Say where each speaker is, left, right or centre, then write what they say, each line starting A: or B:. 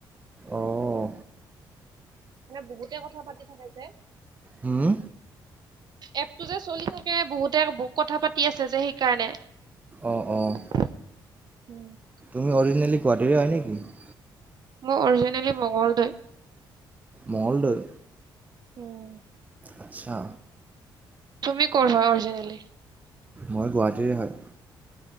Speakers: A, on the right (about 20°); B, on the right (about 50°).
A: অঁ
B: মানে বহুতে কথা পাতি থাকে যে।
A: হুম।
B: এপটো যে চলি থাকে বহুতে কথা পাতি আছে যে সেইকাৰণে।
A: অঁ অঁ
B: <unintelligible>
A: তুমি অৰজিনেলি গুৱাহাটীৰে হয় নেকি?
B: মই অৰজিনেলি মঙ্গলদৈ।
A: মঙ্গলদৈ।
B: উম'।
A: আচ্ছা'।
B: তুমি কৰ হয় অৰজিনেলি?
A: মই গুৱাহাটীৰে হয়।